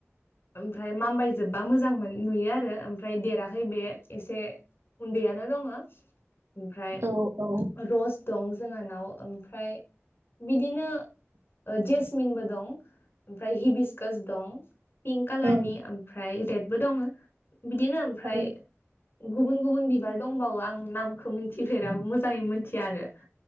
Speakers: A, on the left; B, on the right.
A: ओमफ्राय मामबाय जोबबा मोजां मोन नुयो आरो ओमफ्राय देराखै बे एसे उन्दैयानो दङो ओमफ्राय
B: औ
A: रस दं। जोंहानाव ओमफ्राय बिदिनो ओ जेस मिनबो दं ओमफ्राय हिबिसकास दं। पिंक कालारनि
B: औ
A: ओमफ्राय रेडबो दङो बिदिनो ओमफ्राय
B: औ
A: गुबुन गुबुन बिबार दंबावो आं नामखौ मिनथिफेरा मोजाङै मोनथिया आरो